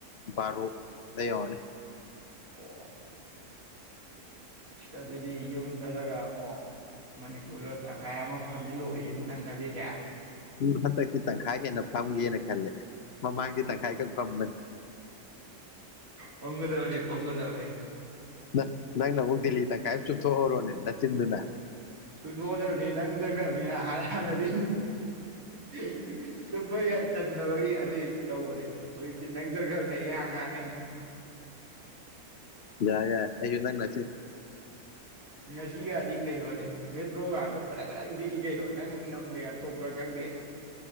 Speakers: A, on the left; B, on the right.
A: ꯕꯔꯣ ꯗ ꯌꯧꯔꯅꯤ
B: ꯑꯣ ꯑ ꯑꯗꯨꯗꯤ ꯌꯨꯝ ꯆꯠꯂꯒ ꯑꯃꯨꯛ ꯃꯅꯤꯄꯨꯔꯗ ꯇꯪꯈꯥꯏ ꯑꯃ ꯐꯝꯖꯤꯜ ꯂꯨꯏꯔꯖꯤ ꯅꯪ ꯈꯜꯂꯤꯁꯦ
A: ꯎꯝ ꯍꯟꯗꯛꯇꯤ ꯇꯪꯈꯥꯏ ꯍꯦꯟꯅ ꯐꯝꯒꯦꯅ ꯈꯜꯂꯦ ꯃꯃꯥꯡꯗꯤ ꯇꯪꯈꯥꯏꯈꯛ ꯐꯝꯕꯅꯤ
B: ꯐꯝꯒꯗꯕꯅꯤ ꯐꯝꯒꯗꯕꯅꯤ
A: ꯅꯪ ꯅꯪꯅ ꯑꯃꯨꯛ ꯗꯤꯜꯂꯤ ꯇꯪ ꯈꯥꯏ ꯆꯨꯞꯊꯣꯛꯍꯧꯔꯣꯅꯦ ꯅꯆꯤꯟꯗꯨꯅ
B: ꯆꯨꯞꯊꯣꯛꯑꯗꯕꯅꯤ ꯅꯪ ꯆꯠꯈ꯭ꯔꯥꯕꯅꯤꯅ ꯍꯥꯏ ꯍꯥꯟꯅ <unintelligible> <unintelligible> <unintelligible> ꯇꯟꯗꯕꯒꯤ ꯑꯗꯨꯏ ꯇꯧꯕꯅꯦ ꯍꯧꯖꯤꯛ ꯅꯪ ꯆꯠꯈꯔꯀꯥꯟꯗ ꯍꯥꯡ ꯍꯥꯡꯉꯅꯤ <inaudible>
A: ꯌꯥꯏ ꯌꯥꯏ ꯑꯩꯖꯨ ꯅꯪ ꯅꯆꯤꯟ
B: ꯉꯁꯤꯒꯥꯗꯤ ꯀꯩꯅꯣꯅꯦ ꯃꯦꯇ꯭ꯔꯣ ꯒꯗꯣ ꯒꯗꯛ ꯒꯗꯛ ꯅꯤꯛꯏ ꯀꯩꯅꯣ ꯅꯪ ꯅꯥꯃꯣꯏ ꯌꯥꯝ ꯊꯣꯛꯄ꯭ꯔꯥ ꯈꯪꯗꯦ